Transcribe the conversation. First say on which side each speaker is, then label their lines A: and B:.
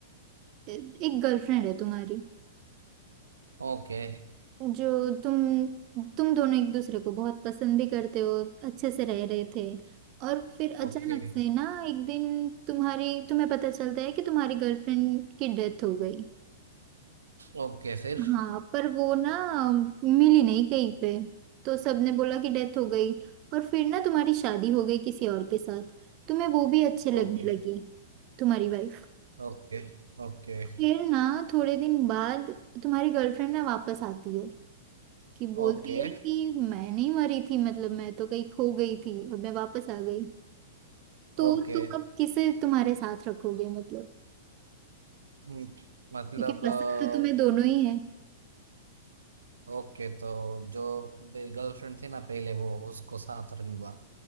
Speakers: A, on the right (about 40°); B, on the right (about 80°).
A: एक गर्लफ्रेंड है तुम्हारी
B: ओके
A: जो तुम तुम दोनों एक दूसरे को बहुत पसंद भी करते हो अच्छे से रह रहे थे और फिर अचानक
B: ओके
A: से ना एक दिन तुम्हारी तुम्हें पता चलता है कि तुम्हारी गर्लफ्रेंड की डेथ हो गई
B: ओके फिर
A: हाँ पर वो ना मिली नहीं कहीं पे तो सबने बोला कि डेथ हो गई और फिर ना तुम्हारी शादी हो गई किसी और के साथ तुम्हें वो भी अच्छे लगने
B: Okay
A: लगी तुम्हारी वाइफ
B: okay okay
A: फिर ना थोड़े दिन बाद तुम्हारी गर्लफ्रेंड ना वापस आती है कि बोलती
B: okay
A: है कि मैं नहीं मरी थी मतलब मैं तो कहीं खो गई थी अब मैं वापस आ गई तो
B: okay
A: तुम अब किसे तुम्हारे साथ रखोगे मतलब
B: हम्म, मतलब
A: क्योंकि
B: अ,
A: पसंद तो तुम्हें दोनों ही है
B: ओके तो जो मेरी गर्लफ्रेंड थी ना पहले वो उसको साथ रन हुआ